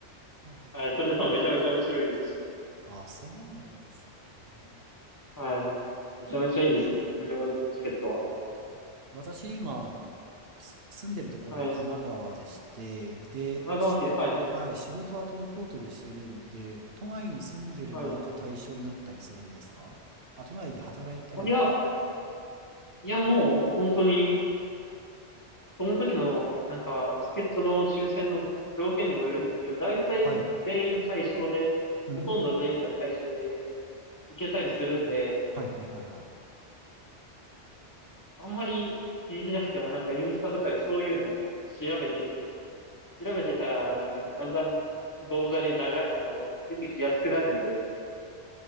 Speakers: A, on the right; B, on the left.
A: ー、
B: はい、それでもめちゃめちゃ面白いですし、
A: あ、そうなんですね。
B: はい。めちゃめちゃいいですね。
A: ちょっ
B: 無料チケットは。
A: 私今、す住んでるところは神奈川でして、
B: はい。
A: で、
B: 神奈川県、
A: し、
B: はい、はい。
A: はい、仕事は東京都でしてるんで、都内に住んでればなんか対象になったりするんですかあ、
B: はい。
A: 都内で働いてれば。
B: いや、いやもう本当に、その時の、なんか、チケットの抽選の条件にもよるんですけど、大体全員対象で、
A: はい。うーん。
B: ほとんど全員が対象で行けたりするんで、
A: はいはいはいはい。
B: あんまり気にしなくても、なんかインスタとかでそういうの調べて、調べてたら、なんかだんだん動画で流れ、あの、出てきやすくなるんで、